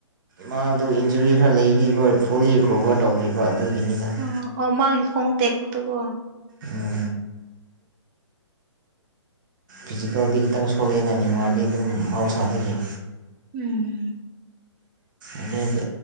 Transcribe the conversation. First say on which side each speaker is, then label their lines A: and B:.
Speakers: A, on the right (about 40°); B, on the right (about 20°).
A: ꯃꯥꯗꯨ ꯏꯟꯖꯨꯔꯤ ꯈꯔ ꯂꯩꯕꯤꯕ ꯐꯨꯜꯂꯤ ꯔꯤꯀꯣꯚꯔ ꯇꯧꯗꯔ꯭ꯤꯕ ꯑꯗꯨꯒꯤꯅꯤꯗ ꯫
B: ꯑ ꯑꯣ ꯃꯥꯒꯤ ꯈꯣꯡ ꯇꯦꯛꯄꯥꯗꯣ ꯀꯣ
A: ꯎꯝ ꯐꯤꯖꯤꯀꯦꯜꯗꯤ ꯈꯤꯇꯪ ꯁꯣꯜꯂꯦꯗꯅꯤ ꯃꯗꯤ ꯑꯗꯨꯝ ꯃꯍꯧꯁꯥꯗꯒꯤ
B: ꯎꯝ
A: ꯑꯗꯒꯤ